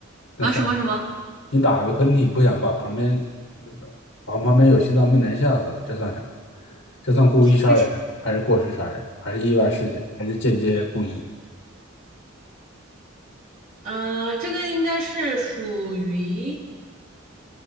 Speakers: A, on the left (about 75°); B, on the right (about 40°).
A: 那算啥？
B: 啊，什么什么，
A: 你打了个喷嚏，不想把旁边把旁边有心脏病的人吓死了，这算啥？这算故意杀人，
B: 这是
A: 还是过失杀人，还是意外事件，还是间接故意？
B: 呃，这个应该是属于